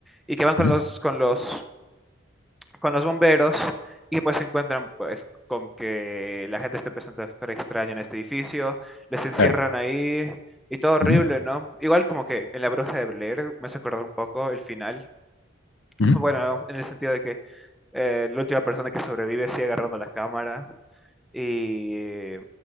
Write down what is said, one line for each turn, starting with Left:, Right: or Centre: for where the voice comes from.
Centre: Y que van con
Left: ujú,
Centre: los, con los, con los bomberos y pues se encuentran pues con que la gente está empezando a actuar extraño en este edificio, les encierran
Left: Claro.
Centre: ahí y todo horrible,
Left: ujú,
Centre: ¿no? Igual como que en La Bruja de Blair me hace acordar un poco el final,
Left: ujú,
Centre: bueno, en el sentido de que eh, la última persona que sobrevive sigue agarrando la cámara. Y, y